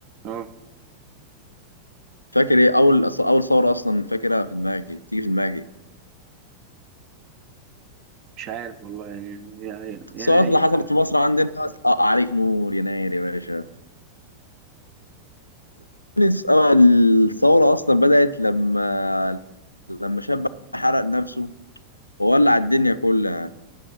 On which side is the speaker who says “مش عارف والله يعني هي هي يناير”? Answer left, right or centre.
Right